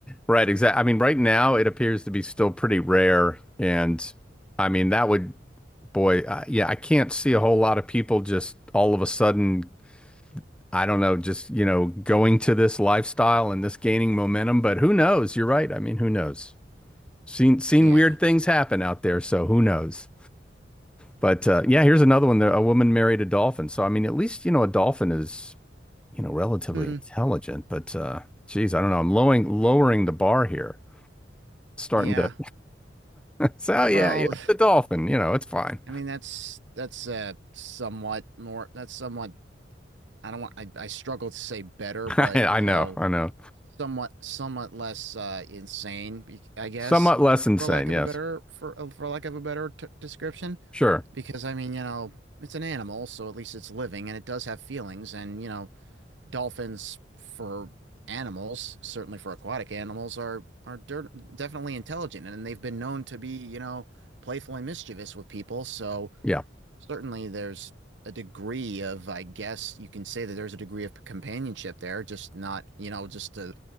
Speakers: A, in the centre; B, on the right.
A: right. Exactly. I mean, right now it appears to be still pretty rare. And I mean, that would, boy, uh, yeah, I can't see a whole lot of people just all of a sudden, I don't know, just, you know, going to this lifestyle and this gaining momentum. But who knows? You're right. I mean, who knows? Seen, seen
B: Yeah.
A: weird things happen out there. So who knows? But uh, yeah, here's another one. There, a woman married a dolphin. So, I mean, at least, you know, a dolphin is, you know, relatively
B: Hmm.
A: intelligent. But uh, geez, I don't know. I'm lowering, lowering the bar here starting
B: yeah.
A: to So yeah,
B: Well,
A: you know, the dolphin, you know, it's fine.
B: <sighs> I mean that's that's uh somewhat more that's somewhat I don't want I, I struggle to say better,
A: <laughs>
B: but
A: I, I
B: you
A: know,
B: know,
A: I know.
B: somewhat somewhat less uh insane, be- I guess,
A: Somewhat less insane,
B: for lack of
A: yes.
B: a better for for lack of a better t description.
A: Sure.
B: Because I mean, you know, it's an animal, so at least it's living and it does have feelings. And, you know, dolphins for animals, certainly for aquatic animals, are are dirt, definitely intelligent and they've been known to be, you know, playful and mischievous with people. So
A: Yeah.
B: certainly there's a degree of, I guess you can say that there's a degree of companionship there, just not, you know, just to